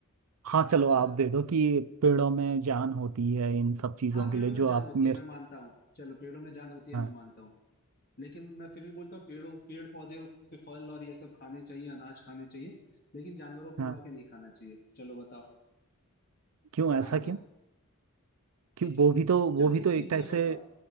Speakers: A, on the right; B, on the left.
A: हाँ
B: अच्छा
A: चलो
B: चलो
A: आप दे दो कि पेड़ों में जान होती है इन सब चीज़ों
B: हाँ पेड़ों
A: के लिए
B: में
A: जो
B: जान
A: आप
B: होती
A: मेरे
B: है मैं मानता हूँ चलो पेड़ों में जान होती है
A: हाँ
B: मैं मानता हूँ लेकिन मैं फिर भी बोलता हूँ पेड़ों पेड़ पौधे के फल और ये सब खाने चाहिए अनाज खाने चाहिए लेकिन जानवरों को
A: हाँ
B: मार के नहीं खाना चाहिए चलो बताओ
A: क्यों
B: मैं
A: ऐसा
B: मानता
A: क्यों
B: हूँ
A: क्यों
B: ठीक
A: वो
B: है
A: भी तो वो
B: चलो
A: भी तो
B: एक
A: एक
B: चीज
A: टाइप
B: ये
A: से
B: बताओ